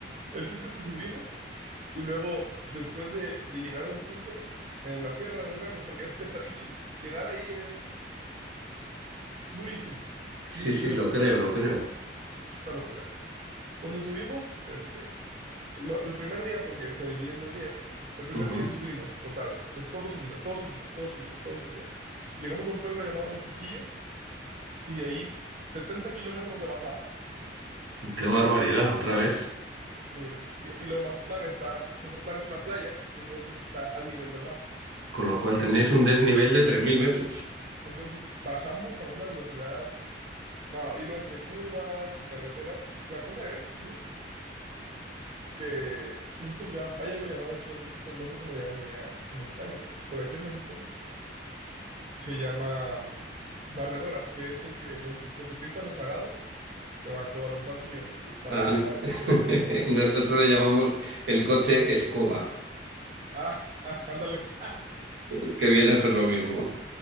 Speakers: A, on the right (about 40°); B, on the right (about 80°).
A: El chiste es que subimos y luego, después de, de llegar a un punto en la sierra de Durango, porque es pesadísimo, llegar ahí es Durísimo,
B: Sí,
A: du- durísimo,
B: sí, lo creo, lo creo.
A: es una locura. Cuando subimos, este, lo- el primer día, porque se divide en dos días, el primer
B: Ujú.
A: día subimos, total, es todo subida, todo subida, todo subida, todo subida. Llegamos a un pueblo llamado Mexiquillo y de ahí 70 kilómetros de bajada.
B: Qué barbaridad, otra vez.
A: Eh, sí, y luego Mazatlán está, Mazatlán es una playa, entonces está al nivel del mar.
B: Con lo
A: Entonces,
B: cual
A: imagina,
B: tenéis un desnivel de tres mil metros.
A: entonces bajamos a una velocidad, no, y lo entre curvas y carreteras. La cosa es, Luis, que nosotros ya hay algo llamado aquí en México, no sé cómo le llaman allá en España, pero aquí en México se llama mm, barredora, que es el que los, los ciclistas rezagados se van, lo- los van subiendo para
B: Ah,
A: que
B: <laughs>
A: la alcancen a los, a los punteros.
B: nosotros le llamamos el coche escoba,
A: Ah, <laughs> ah, ándale.
B: que viene a ser lo mismo.